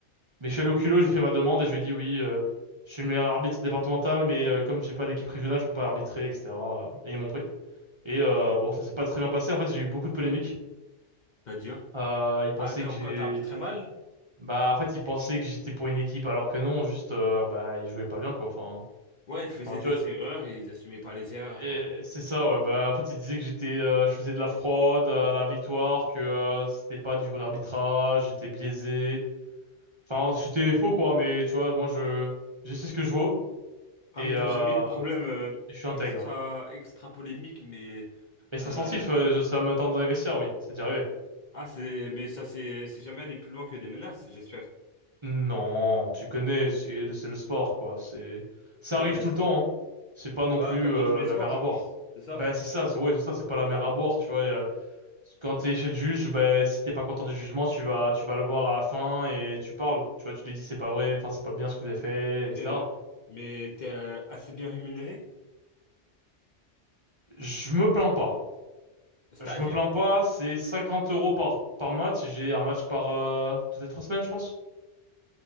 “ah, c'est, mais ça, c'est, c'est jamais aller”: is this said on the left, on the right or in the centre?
Left